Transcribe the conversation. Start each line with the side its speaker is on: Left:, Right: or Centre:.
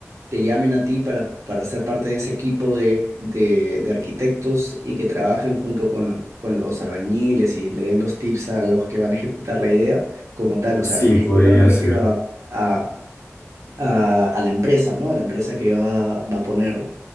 Right: te llamen a ti para, para ser parte de ese equipo de, de, de arquitectos y que trabajen junto con, con los albañiles y le den los tips a los que van a ejecutar la idea como tal? O
Left: Sí,
Right: sea, ejecutar
Left: podría
Right: me refiero
Left: ser,
Right: a, a, a- a la empresa, ¿no? A la empresa que va, va a poner